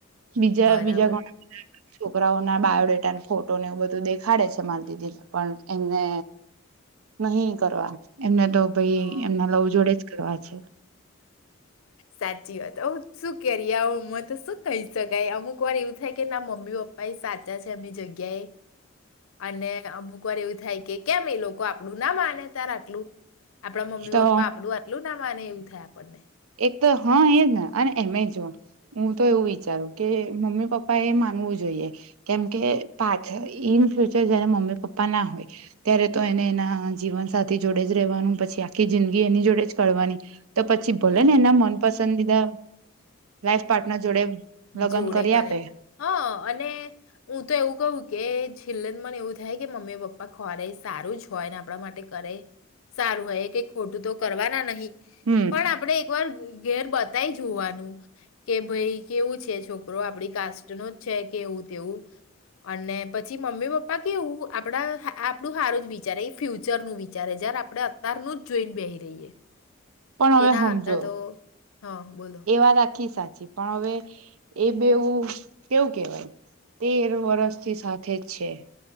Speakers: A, on the right; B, on the left.
A: બીજા
B: બરાબર.
A: બીજા કોણે <inaudible> છોકરાઓના બાયોડેટાને ફોટોને એવું બધું દેખાડે છે મારી દીદીને પણ એમને નહીં કરવા. એમને તો ભઈ
B: હા,
A: એમના લવ જોડેજ કરવા છે.
B: સાચી વાત અવ શું કરીએ આવો ઉમર તો શું કહી શકાય. અમુક વાર એવું થાય કે ના મમ્મી પપ્પા એ સાચા છે એમની જગ્યા એ. અને અમુક વાર એવું થાય કે કેમ એ લોકો આપણુંના માને તાર આટલું. આપડા મમ્મી
A: તો
B: પપ્પા આપડું આટલું ના માને એવું થાય. પનને.
A: એક તો હ એજ ને અને એમે જો હું તો એવું વિચારું કે મમ્મી પપ્પા એ માનવું જોઈએ કેમ કે પાછ ઈનફ્યુચર જયારે મમ્મી પપ્પા ના હોય ત્યારે તો એને એના જીવન સાથે જોડે જ રેવાનું પછી આખી જિંદગી એની જોડે જ કરવાની તો પ બોલોને
B: હમ્મ.
A: એના મનપસ સંદીદા લાઈફ પાર્ટનર જોડે લગ્ન
B: જોડે
A: કરી
B: કરે.
A: આપે
B: હા અને હું તો એવું કહું કે છેલ્લે મને એવું થાય કે મમ્મી પપ્પા ખોળે સારું જ હોય ને આપણા માટે કરે સારું હોય કે ખોટું તો કરવાના નહીં.
A: હમ
B: પણ આપડે પર ઘેર બતાય જોવાનું કે ભઈ કેવું છે છોકરો આપડી કાસ્ટનું જ છે કે એવું તેવું. અને પછી મમ્મી પપ્પા કેવું આપડા આપડું સારું જ વિચારે એ ફ્યુચર નું વિચારે જયારે આપડે અત્યારનું જ જોઈને બેહી રહીએ.
A: પણ
B: કે
A: હવે
B: ના
A: હમજો,
B: અત્યાર તો હા બોલો
A: એ વાત આખી સા પછી. પણ હવે એ બવું કેવું કેવાય તેર વરર્ષથી સાથે જ છે.